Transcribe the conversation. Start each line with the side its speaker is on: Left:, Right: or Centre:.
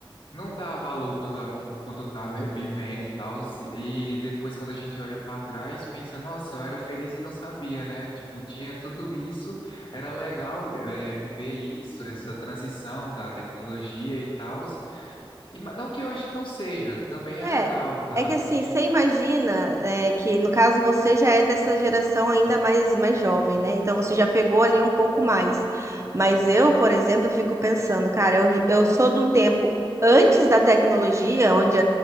Left: não dá valor quando, a, con- quando tá vi- vivendo e tal, e depois quando a gente olha para trás, pensa, nossa, eu era feliz e não sabia, né? Tipo, tinha tudo isso, era legal eh, viver isso, essa transição da tecnologia e tal, e ma- não que hoje não seja, também
Right: É,
Left: é legal, tal,
Right: é que assim,
Left: sim,
Right: você imagina é, que, no caso, você já é dessa geração ainda mais, mais jovem, né? Então você já pegou ali um pouco mais. Mas eu, por exemplo, eu fico pensando, cara, eu, eu sou de um tempo antes da tecnologia, onde